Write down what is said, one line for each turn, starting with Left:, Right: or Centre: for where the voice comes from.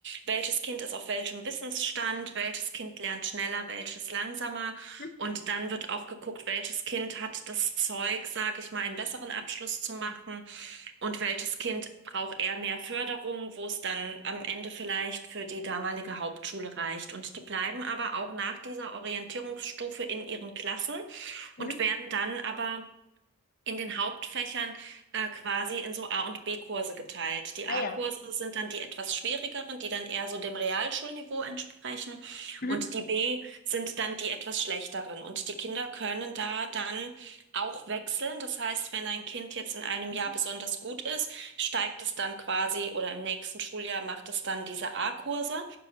Right: welches Kind ist auf welchem Wissensstand, welches Kind lernt schneller, welches langsamer.
Left: Mhm.
Right: Und dann wird auch geguckt, welches Kind hat das Zeug, sage ich mal, einen besseren Abschluss zu machen und welches Kind braucht eher mehr Förderung, wo es dann am Ende vielleicht für die damalige Hauptschule reicht. Und die bleiben aber auch nach dieser Orientierungsstufe in ihren Klassen
Left: Mhm.
Right: und werden dann aber in den Hauptfächern äh, quasi in so A- und B-Kurse geteilt. Die
Left: Ah
Right: A-Kurse
Left: ja.
Right: sind dann die etwas schwierigeren, die dann eher so dem Realschulniveau entsprechen.
Left: Mhm.
Right: Und die B sind dann die etwas schlechteren. Und die Kinder können da dann auch wechseln. Das heißt, wenn ein Kind jetzt in einem
Left: Mhm.
Right: Jahr besonders gut ist, steigt es dann quasi oder im nächsten Schuljahr macht es dann diese A-Kurse.